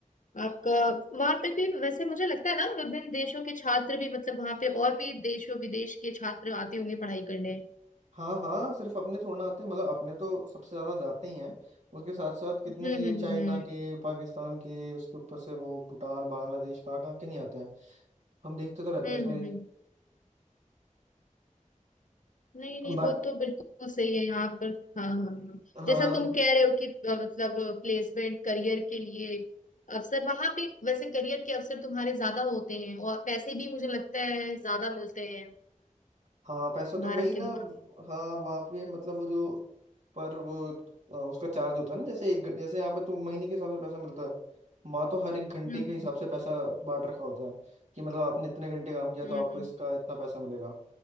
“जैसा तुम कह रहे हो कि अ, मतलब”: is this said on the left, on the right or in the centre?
Left